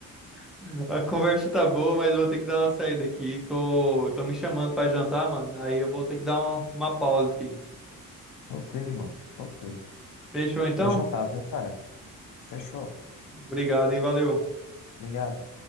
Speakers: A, in the centre; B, on the left (about 75°).
A: <laughs> a conversa tá boa, mas eu vou ter que dar uma saída aqui. Tô, tô me chamando pra jantar, mano. Aí eu vou ter que dar um- uma pausa aqui.
B: Tranquilo, irmão. Tranquilo.
A: Fechou então?
B: Bom jantar, viu, cara? Fechou.
A: Obrigado, hein? Valeu.
B: Obrigado.